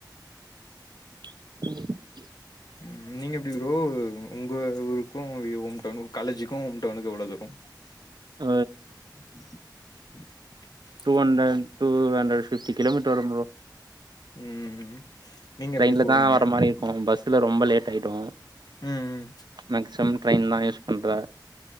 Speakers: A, on the right; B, on the left.
A: <inaudible>
B: ம் நீங்க எப்டி ப்ரோ உங்க ஊருக்கு ஹோம்டவுனு காலேஜுக்கு ஹோம் டவுனுக்கு எவ்ளோ தூரோ
A: ஆ
B: <inaudible>
A: two hundred two hundred fifty kilo metre வரு ப்ரோ
B: ம் நீங்க
A: ட்ரெயின்ல
B: எப்டி போவீங்க
A: தா வர மாரி இருக்கு பஸ்ல ரொம்ப லேட் ஆய்டு
B: ம் ம்
A: மக்சிமம் ட்ரெயின் தா யூஸ் பண்ற